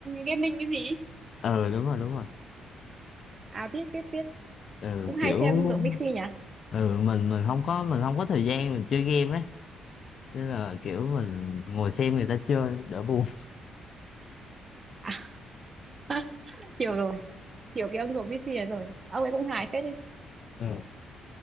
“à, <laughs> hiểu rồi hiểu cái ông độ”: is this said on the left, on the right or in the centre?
Right